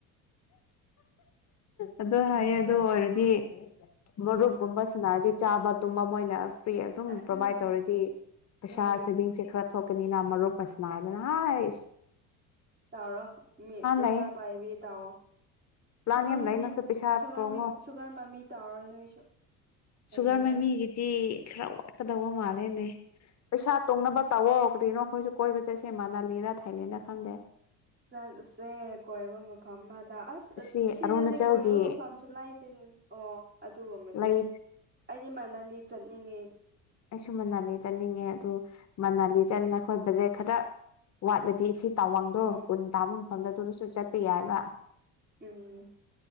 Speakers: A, on the left; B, on the right.
A: ꯑꯗꯨ ꯍꯥꯏꯌꯦ
B: ꯀꯨꯟ
A: ꯑꯗ ꯑꯣꯏꯔꯗꯤ ꯃꯔꯨꯞꯒꯨꯝꯕ ꯁꯅꯔꯗꯤ ꯆꯥꯕ ꯇꯨꯝꯕ ꯃꯣꯏꯅ ꯐ꯭ꯔꯤ ꯑꯗꯨꯝ
B: ꯑꯗꯨꯅꯦ
A: ꯄ꯭ꯔꯣꯕꯥꯏꯗ ꯇꯧꯔꯗꯤ ꯄꯩꯁꯥ
B: ꯎꯝ
A: ꯁꯦꯚꯤꯡꯁꯦ ꯈꯔ ꯊꯣꯛꯀꯅꯤ ꯅ ꯃ ꯔꯣ ꯄꯁꯅ ꯍꯥꯏꯗꯅ ꯍꯥꯏ
B: ꯇꯥꯔꯣ ꯃꯤ ꯄꯩꯁꯥ
A: ꯂꯩ
B: ꯄꯥꯏꯕꯤ ꯇꯥꯑꯣꯣ
A: ꯄ꯭ꯂꯥꯟ
B: ꯁꯨꯒꯔ
A: ꯌꯥꯝ
B: ꯃꯃꯤ
A: ꯂꯩ ꯅꯪꯁꯨ ꯄꯩꯁꯥ
B: ꯁꯨꯒ
A: ꯇꯣꯡꯉꯣ
B: ꯁꯨꯒꯔ ꯃꯃꯤ ꯇꯥꯔꯔꯣꯏ ꯅꯣꯏꯁꯨ ꯍꯌꯦꯡꯋꯥꯏ
A: ꯁꯨꯒꯔ ꯃꯃꯤꯒꯤ ꯤ ꯈꯔ ꯋꯥꯠꯀꯗꯕ ꯃꯥꯜꯂꯦꯅꯦ ꯄꯩꯁꯥ ꯇꯣꯡꯅꯕ ꯇꯧꯋꯣ ꯀꯔꯤꯅꯣ ꯑꯩꯈꯣꯏꯁꯨ ꯀꯣꯏꯕ ꯆꯠꯁꯦ ꯃꯅꯥꯂꯤꯔꯥ ꯊꯥꯏꯂꯦꯟꯅ ꯈꯪꯗꯦ
B: ꯆ ꯁꯦ ꯀꯣꯕ ꯃꯐꯝꯝꯃꯗꯥꯁ
A: ꯁꯤ
B: ꯁꯤꯗꯗꯤ
A: ꯑꯔꯨꯅꯥꯆꯜꯒꯤ
B: ꯀꯣꯏꯕ ꯃꯐꯝꯁꯨ ꯂꯩꯇꯦꯗ ꯑꯣ ꯑꯗꯨꯒꯨꯝꯕꯗꯤ
A: ꯂꯩ
B: ꯑꯩꯗꯤ ꯃꯅꯂꯤ ꯆꯠꯅꯤꯡꯉꯦ
A: ꯑꯩꯁꯨ ꯃꯅꯥꯂꯤ ꯆꯠꯅꯤꯡꯉꯦ ꯑꯗꯨ ꯃꯅꯥꯂꯤ ꯆꯠꯅꯤꯡꯉꯦ ꯑꯩꯈꯣꯏ ꯕꯖꯦꯠ ꯈꯔ ꯋꯥꯠꯂꯗꯤ ꯇꯥꯋꯥꯡꯗꯣ
B: ꯎꯝ
A: ꯎꯟ ꯇꯥꯕ ꯃꯐꯝꯗ ꯑꯗꯨꯗꯁꯨ ꯆꯠꯄ ꯌꯥꯏꯕ
B: ꯎꯝ